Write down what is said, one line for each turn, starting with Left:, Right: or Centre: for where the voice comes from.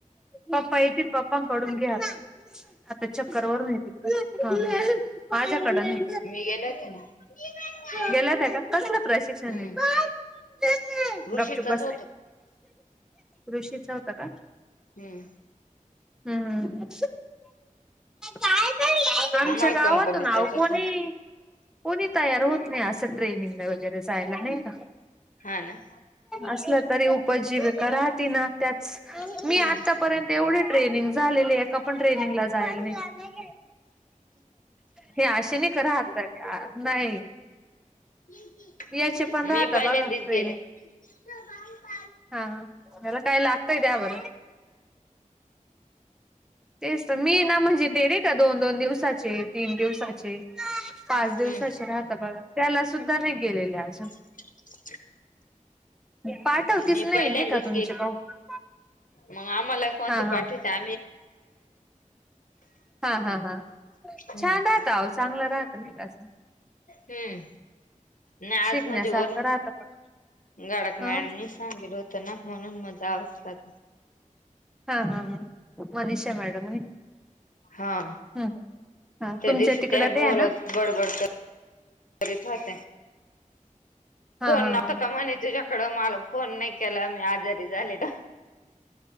Centre: पपा येतील पापांकडून घ्या आ. आता चक्कर वरून येतील माझ्याकड नाही.
Left: मी गेले होते <inaudible>
Centre: गेल्या होत्या का कसलं प्रशिक्षण
Left: हम्म
Centre: दिलं
Left: कृषीचच
Centre: गपचुप बस
Left: होत
Centre: रे. ऋषीच होत काल.
Left: हम्म
Centre: हम्म. काय आमच्या
Left: आम्हाला
Centre: गावातून
Left: कंपनीच्याच
Centre: आओ
Left: होतं.
Centre: कोणी. कोणी तयार होत नाही असं ट्रेनिंगला वगैरे जायला नाही का?
Left: हा ना.
Centre: असल्या तरी उपजीवका राहती ना त्याच.
Left: हम्म
Centre: मी आतापर्यंत एवढे ट्रेनिंग झालेले एका पण ट्रेनिंगला जायल नाही. हे आशे नाही राहात नाही का?
Left: <inaudible>
Centre: यायचे पण
Left: मी
Centre: राहता
Left: पहिल्यांदीच
Centre: बघा ट्रेने
Left: गेले <inaudible>
Centre: हा. ह. एला काय लागतय दया बरं. तेच तर मी ना म्हणजे ते रे का दोन दोन दिवसाचे तीन दिवसाचे. पाच दिवसाचे
Left: हम्म
Centre: राहता बघा, त्याला सुद्धा नाही गेलेले अजून.
Left: <inaudible>
Centre: पाठव तीच
Left: मी
Centre: नाही
Left: पहिल्यांदीच गेली
Centre: <unintelligible>
Left: मग आम्हाला ही कोणती
Centre: हा हा
Left: पाठविता?
Centre: हा हा हा.
Left: हम्म
Centre: छान आहे. हा ताव चांगलं राहतं नाही का
Left: हुम. नाय
Centre: शिकण्यासारखं
Left: आज म्हणजे वरून
Centre: राहत पण
Left: गडक
Centre: ह
Left: मॅडमनी. सांगशील होत ना म्हणून मग जावंच लागलं.
Centre: हा हा हा मनिषा मॅडम होय.
Left: हा
Centre: हुंम हा
Left: त्या
Centre: तुमचं
Left: दिवशी
Centre: तिकडं
Left: त्या बोलत
Centre: ते आहे ना?
Left: बडबड करी-करीत होते.
Centre: हा
Left: फोन
Centre: हा
Left: नव्हता
Centre: हा
Left: का म्हणे तुझ्याकडं? मला फोन नाही केला मी आजारी झाले ना.